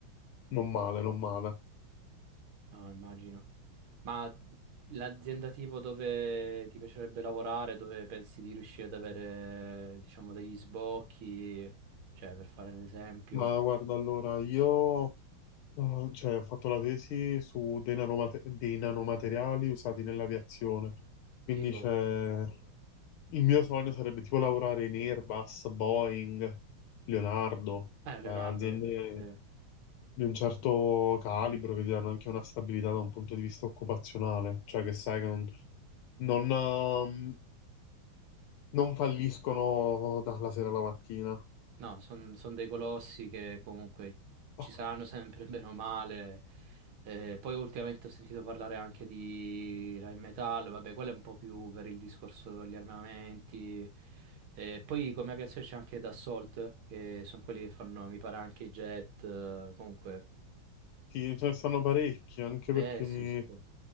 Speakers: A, on the left (about 85°); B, on the right (about 85°).
A: non male, non male.
B: No, immagino. Ma l'azienda tipo dove ti piacerebbe lavorare, dove pensi di riuscire ad avere, diciamo, degli sbocchi, cioè per fare un esempio,
A: Ma guarda, allora, io eh, cioè, ho fatto la tesi su dei, nanomate- dei nanomateriali usati
B: Mm.
A: nell'aviazione. Quindi
B: figo.
A: c'è... il mio sogno sarebbe tipo lavorare in Airbus, Boeing, Leonardo,
B: Eh, Leonardo,
A: eh, aziende
B: sì.
A: di un certo calibro che ti danno anche una stabilità da un punto di vista occupazionale, cioè che sai che non, non, ehm, non falliscono dalla sera alla mattina.
B: No, sono dei colossi che comunque ci
A: Ah,
B: saranno sempre <laughs> bene o male. Eh, poi ultimamente ho sentito parlare anche di Rheinmetall, vabbè, quello è un po' più per il discorso degli armamenti. Eh, poi come aviazione c'è anche Dassault, che sono quelli che fanno, mi pare, anche i jet, eh, comunque.
A: Sì, ce ne stanno parecchi, anche
B: Eh
A: perché
B: sì, sì, sì.